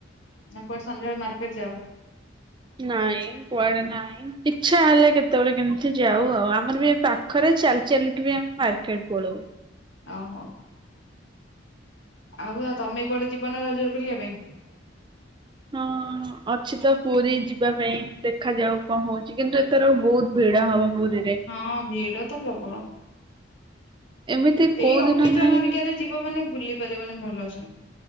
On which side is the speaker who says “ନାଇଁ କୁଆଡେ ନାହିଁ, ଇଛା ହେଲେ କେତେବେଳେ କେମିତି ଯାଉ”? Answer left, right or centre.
Right